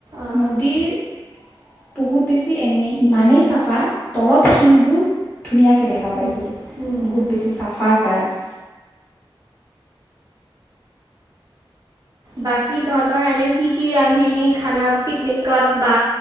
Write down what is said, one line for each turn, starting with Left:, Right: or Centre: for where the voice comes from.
Right: অঁ
Left: নদীৰ। বহুত বেছি এনেই ইমানেই চাফা তলত শিলবোৰ। ধুনীয়াকৈ দেখা
Right: উম
Left: পাইছিলোঁ
Right: উম হুম
Left: বহুত
Right: হুম
Left: বেছি চাফাৰ কাৰণে।
Right: বাকী তহঁতৰ এনে কি কি ৰান্ধিলি খানা পিকনিকত বা